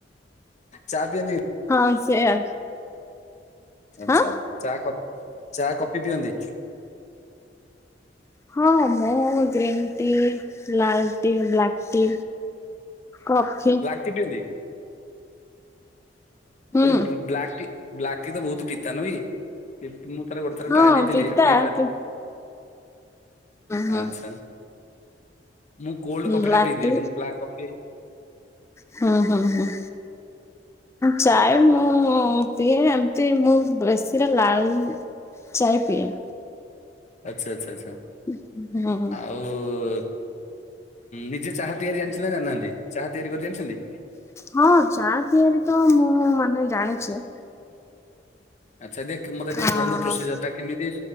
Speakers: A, on the left (about 40°); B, on the left (about 15°).
A: ଚା ପିନ୍ତି
B: ହଁ ସେଇଆ
A: ଆଛା
B: ହଁ।
A: ଚା କ ଚା କପି ପିଅନ୍ତି
B: ହଁ ମୁଁ ଗ୍ରୀନ୍ ଟି ଲାଲ ଟି ବ୍ଲାକ୍ ଟି କଫି
A: କେଟିନ୍ତି
B: ହୁଁ
A: କଲେ ବ୍ଲାକ ଟି ବ୍ଲାକ ଟି ତ ବହୁତ ପିତା ନ ବି ମୁଁ ଥରେ ଗୋଟେ ଥର
B: ହଁ
A: ଟ୍ରାଏ ନେଇଥିଲି
B: ପିତା
A: ପିଇବା
B: ହୁଁ ହୁଁ।
A: ଆଛା ମୁଁ କୋଲ୍ଡ କଫି
B: ବ୍ଲାକ୍
A: ଟା ପିଇଦିଏ
B: ଟି
A: କିନ୍ତୁ ବ୍ଲାକ୍ କଫି
B: ହୁଁ ହୁଁ ହୁଁ। ଚାହ ମୁଁ ପିଏ ଏମିତି ମୁଁ ବେଶୀରେ ଲାଳ ଚାଇ ପିଏ।
A: ଆଚ୍ଛା, ଆଚ୍ଛା, ଆଚ୍ଛା।
B: <inaudible> ହଁ।
A: ଆଉ ଉଁ, ନିଜେ ଚାହା ତିଆରି ଜଣିଛନ୍ତି ନା ଜାଣିନାହାନ୍ତି? ଚାହା ତିଆରି କରି ଜାଣିଛନ୍ତି?
B: ହଁ ଚା ତିଆରି ତ ମୁଁ ମାନେ ଜାଣିଛି।
A: ଆଚ୍ଛା ଦେଖ୍ ମୋତେ ଟିକେ
B: ଆ
A: କୁହନ୍ତୁ ପ୍ରୋସିଜର୍ ଟା କେମିତି?